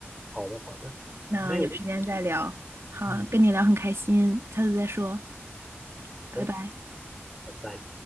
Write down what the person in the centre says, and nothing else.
好的好的，
没有问题，
嗯，
好的，
拜拜。